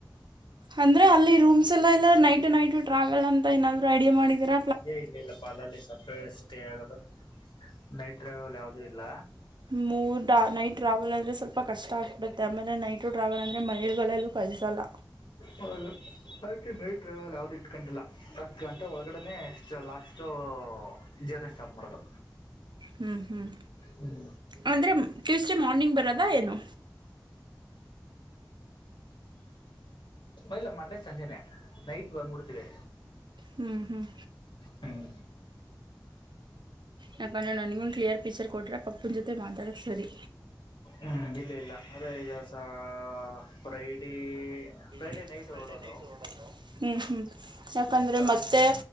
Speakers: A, on the right (about 70°); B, on the left (about 85°).
A: ಅಂದ್ರೆ ಅಲ್ಲಿ ರೂಮ್. ಸಲ ಇಲ್ಲ ನೈಟ್ ನೈಟ್ ಟ್ರಾವೆಲ್ ಅಂತ ಏನಾದ್ರೂ ಐಡಿಯಾ ಮಾಡಿದಿರ.
B: ಏ ಇಲ್ಲ ಇಲ್ಲ ಪಾ ಅಲ್ಲಲ್ಲಿ ಸರ್ಪ್ರ ಸ್ಟೇ ಆಗದು ನೈಟ್ ಟ್ರಾವೆಲ್ ಯಾವುದೂ ಇಲ್ಲ.
A: ಮೂ ನೈಟ್ ಟ್ರಾವೆಲ್ ಅಂದ್ರೆ ಸ್ವಲ್ಪ ಕಷ್ಟ ಆಗ್ಬಿಡತ್ತೆ ಆಮೇಲೆ ನೈಟು ಟ್ರಾವೆಲ್ ಅಂದ್ರೆ ಮನೆಲಗಳಲ್ಲಿ ಕಳಸಲ್ಲ.
B: ಹೌದು ಅದಕ್ಕೆ ನೈಟ್ ಟ್ರಾವಲ್ ಯಾವ್ದು ಇಟ್ಕೊಂಡಿಲ್ಲ ಹತ್ತ ಗಂಟೆ ಒಳಗಡೆನೆ ಅಷ್ಟೆ ಲಾಸ್ಟ್. ಸೊ ಜರ್ನಿ ಸ್ಟಾಪ್ ಮಾಡೋದು.
A: ಹ್ಮ್ ಹ್ಮ್
B: ಹ್ಮ್
A: ಅಂದ್ರೆ ಟ್ಯೂಸ್ಡೇ ಮಾರ್ನಿಂಗ್ ಬರದಾ ಏನು.
B: ಹ್ಮ್ ಇಲ್ಲ ಮಂಡೆ ಸಂಜೆನೆ ನೈಟ್ ಬಂದ್ಬಿಡ್ತೀವಿ.
A: ಹ್ಮ್ ಹ್ಮ್.
B: ಹ್ಮ್
A: ಯಾಕೆಂದ್ರೆ ನನಿಗೂ ಕ್ಲಿಯರ್ ಪಿಚರ್ ಕೊಟ್ರೆ ಪಪ್ಪಿನ ಜೊತೆ ಮಾತಡೋಕ್ಕ ಸರಿ.
B: ಹ್ಮ್ ಇಲ್ ಇಲ್ಲ ಆದೇ ಈಗ ಸ ಫ್ರೈಡೇ ಫ್ರೈಡೇ
A: ಹ್ಮ್
B: ನೈಟ್
A: ಫ್ರೈಡೆ
B: ಹೊರಡೋದು
A: ನೈಟ್ ಹೊರಡೋದು ಹ್ಮ್. ಹ್ಮ್ ಯಾಕಂದ್ರೆ
B: ಸ
A: ಮತ್ತೆ